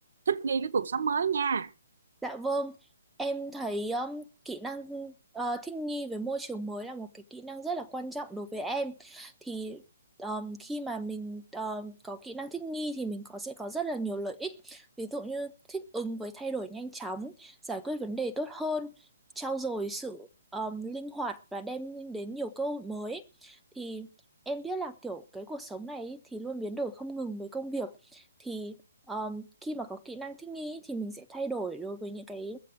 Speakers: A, on the right; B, in the centre.
A: thích nghi với cuộc sống mới nha
B: Dạ vâng, em thấy um, kỹ năng ờ, thích nghi với môi trường mới là một cái kỹ năng rất là quan trọng đối với em. Thì um, khi mà mình um, có kỹ năng thích nghi thì mình có sẽ có rất là nhiều lợi ích. Ví dụ như thích ứng với thay đổi nhanh chóng, giải quyết vấn đề tốt hơn, trau dồi sự um, linh hoạt và đem đến nhiều cơ hội mới. Thì em biết là kiểu cái cuộc sống này ý thì luôn biến đổi không ngừng với công việc. Thì ờ, khi mà có kỹ năng thích nghi thì mình sẽ thay đổi đối với những cái